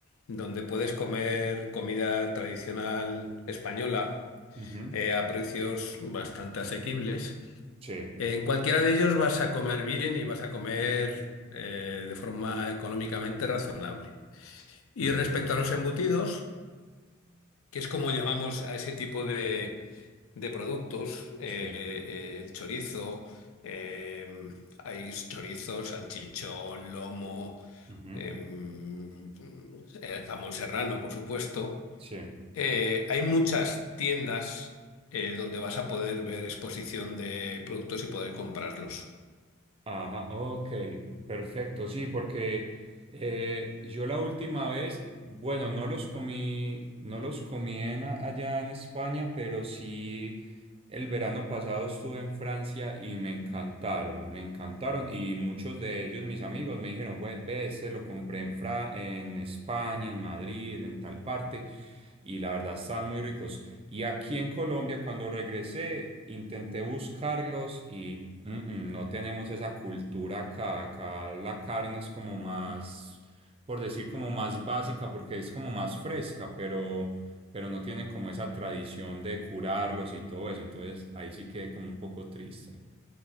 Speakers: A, on the left; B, on the right.
A: donde puedes comer comida tradicional española
B: Ujú.
A: eh, a precios bastante asequibles.
B: Sí.
A: En cualquiera de ellos vas a comer bien y vas a comer eh, de forma económicamente razonable. Y
B: Ujú.
A: respecto a los embutidos, que es como llamamos a ese tipo de, de productos, eh,
B: Sí.
A: eh, el chorizo, eh, hay chorizos, salchichón, lomo,
B: Ujú.
A: em, eh, jamón serrano, por supuesto.
B: Sí.
A: Eh, hay muchas tiendas eh, donde vas a poder ver exposición de productos y poder comprarlos.
B: Ajá, ok, perfecto, sí, porque eh, yo la última vez, y bueno, no los comí, no los comí en a- allá en España, pero sí El verano pasado estuve en Francia y me encantaron, me encantaron y muchos de ellos, mis amigos, me dijeron, "Güey, ve, este lo compré en Fra- en España, en Madrid, en tal parte y la verdad están muy ricos. Y aquí en Colombia, cuando regresé, intenté buscarlos y mm, mm, no tenemos esa cultura acá, acá la carne es como más, por decir como más básica porque es como más fresca, pero pero no tienen como esa tradición de curarlos y todo eso, entonces ahí sí quedé como un poco triste.